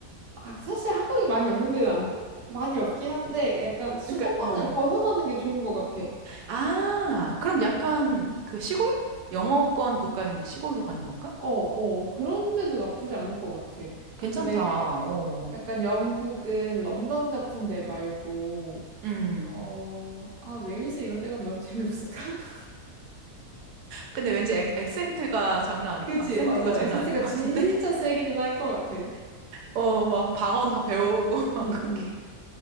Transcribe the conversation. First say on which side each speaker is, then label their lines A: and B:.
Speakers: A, on the right; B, on the right.
A: 아, 사실 한국이 많이 없는 데는 안, 돼- 많이 없긴 한데 약간 수도권을
B: 그러니까 어.
A: 벗어나는 게 좋은 것 같아.
B: 아, 그럼 약간 그 시골? 영어권 국가인데 시골로 가는 걸까?
A: 어, 어, 그런데도 나쁘지 않을 것 같아.
B: 괜찮다.
A: 왜
B: 어.
A: 약간 영국은 런던 같은 데 말고
B: 음.
A: 어, 아, 웨일스 이런 데 가면 너무 재미없을까? <laughs>
B: 근데 왠지 액, 액센트가 장난 아닐
A: 그치,
B: 거, 악센트가
A: 맞아.
B: 장난
A: 액센트가
B: 아닐 것
A: 진짜
B: 같은데? <laughs>
A: 세기는 할 것 같아.
B: 어, 막 방언 다 배우고 <laughs> 막
A: 응, 응.
B: 거기.